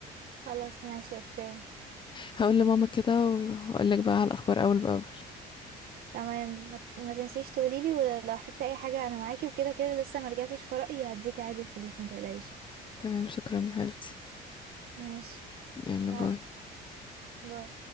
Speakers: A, on the right; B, on the left.
A: خلاص ماشي اوكي
B: هقول لماما كده وهقول لك بقى على الاخبار اول باول
A: تمام ما, ما تنسيش تقوليلي ولو احتجتي اي حاجه انا معاكي وكده كده لسه ما رجعتش في رايي هديكي عادي الفلوس ما تقلقيش
B: تمام شكرا يا حبيبتي
A: ماشي
B: يلا
A: لا
B: باي
A: باي.